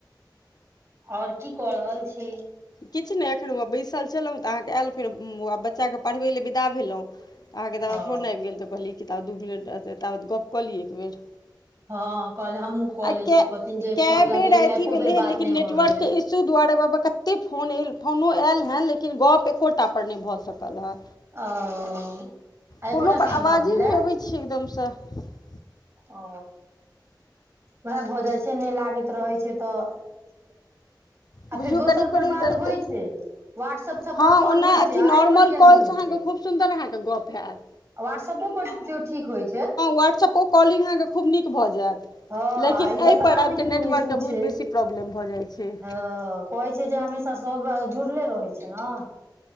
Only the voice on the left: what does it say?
किछ नहि एखन ओ बैसल छलहुँ त अहाँकेँ आयल फेर ओ बच्चाकेँ पढ़बै लेल विदा भेलहुँ। अहाँके ताबेद
फोन आबि गेल त कहलियी जे ताबत दू मिनट रहत ताबेद गप्प क ली एक बेर।
आई
कै
के
बेर अथि
भेलेया
लेकिन
नेटवर्क
के इसु दुआरे बाबा कतेक फोन फोनो आयल हेँ लेकिन गप एकोटा पर नहि भ सकल हँ।
कोनो पर
आवाजे
नहि अबै <unintelligible>
बुझियौ
करीब
करीब
करीब
हँ
ओना
अथी
नॉर्मल
कॉलसँ
अहाँके
खूब सुन्दर अहाँके गप हैत।
व्हाट्सपो कॉलिंग अहाँके खूब नीक भ जैत।
लेकिन
एहिपर
आबिके
नेटवर्कके
बहुत
बेसी प्रॉब्लम भ जाइ छैय।